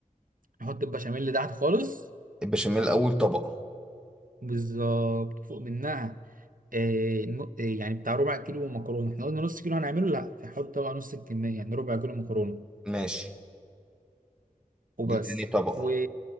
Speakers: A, on the right (about 70°); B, in the centre.
A: نحط البشاميل تحت خالص
B: البشاميل أول طبقة
A: بالظبط فوق منها إيه نو- إيه يعني بتاع ربع كيلو مكرونه احنا قلنا نص كيلو هنعمله لا فحط بقى نص الكميه يعني ربع كيلو مكرونه
B: ماشي
A: وبس
B: دي تاني طبقة
A: و